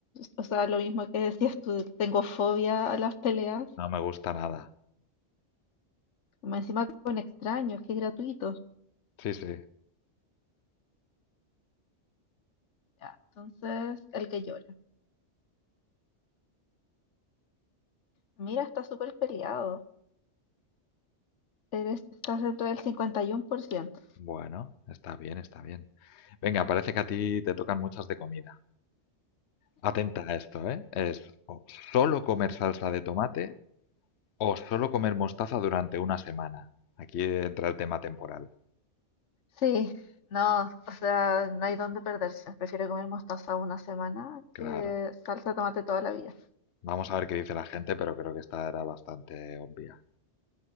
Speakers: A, on the left; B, on the left.
A: O sea, lo mismo que decías tú, tengo fobia a las peleas,
B: No me gusta nada.
A: más encima con extraños, que es gratuito.
B: Sí, sí.
A: Ya, entonces, el que llora. Mira, está súper peleado. Eres, estás dentro del 51%.
B: Bueno, está bien, está bien. Venga, parece que a ti te tocan muchas de comida. Atenta a esto, ¿eh? Es o solo comer salsa de tomate o solo comer mostaza durante una semana. Aquí entra el tema temporal.
A: Sí, no, o sea, no hay dónde perderse. Prefiero comer mostaza una semana
B: Claro.
A: que salsa de tomate toda la vida.
B: Vamos a ver qué dice la gente, pero creo que esta era bastante obvia.